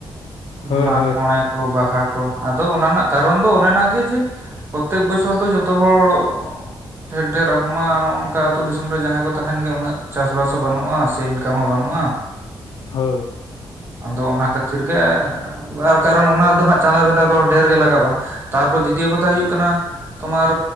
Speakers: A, on the left; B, on the right.
A: ᱦᱳᱭ
B: ᱢᱟᱸᱜ
A: ᱦᱳᱭ
B: ᱢᱚᱬᱮ ᱠᱚ ᱵᱟᱦᱟ ᱠᱚ, ᱟᱫᱚ ᱚᱱᱟ ᱨᱮᱱᱟᱜ ᱠᱟᱨᱚᱱ ᱫᱚ ᱚᱱᱮ ᱚᱱᱟ ᱜᱮ ᱡᱮ ᱯᱨᱚᱛᱮᱠ ᱵᱚᱪᱷᱚᱨ ᱫᱚ ᱡᱚᱛᱚ ᱦᱚᱲ ᱰᱷᱮᱨ ᱰᱷᱮᱨ ᱟᱵᱚ ᱢᱟ ᱱᱚᱜᱼᱚ ᱱᱚᱠᱟ ᱟᱹᱛᱩ ᱫᱤᱥᱚᱢ ᱨᱮ ᱡᱟᱦᱟᱸᱭ ᱠᱚ ᱛᱟᱦᱮᱱ ᱜᱮᱭ ᱩᱱᱟᱹᱜ ᱪᱟᱥᱵᱟᱥ ᱵᱟᱹᱱᱩᱜᱼᱟ ᱥᱮ, ᱤᱱᱠᱟᱢ ᱦᱚᱸ ᱵᱟᱹᱱᱩᱜᱼᱟ᱾
A: ᱦᱳᱭ᱾
B: ᱟᱫᱚ ᱚᱱᱟ ᱠᱷᱟᱹᱛᱤᱨ ᱜᱮ ᱟᱨ ᱠᱟᱨᱚᱱ ᱚᱱᱟ ᱨᱮᱫᱚ ᱦᱟᱸᱜ ᱪᱟᱸᱫᱟ ᱵᱷᱮᱸᱫᱟ ᱠᱚ ᱰᱷᱮᱨ ᱜᱮ ᱞᱟᱜᱟᱜᱼᱟ᱾ ᱛᱟᱨᱯᱚᱨ ᱫᱤᱛᱤᱭᱚ ᱠᱟᱛᱷᱟ ᱦᱩᱭᱩᱜ ᱠᱟᱱᱟ, ᱛᱚᱢᱟᱨ